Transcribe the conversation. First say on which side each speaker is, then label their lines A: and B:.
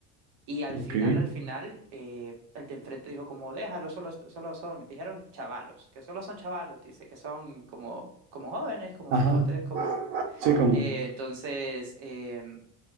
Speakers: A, on the right; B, on the right.
A: Y al
B: Ok.
A: final, al final, eh, el de enfrente dijo como, déjalo, solo, solo son, dijeron chavalos, que solo son chavalos, dice que son como, como jóvenes, como
B: Ajá.
A: cipotes, como
B: Sí, como,
A: eh, entonces em,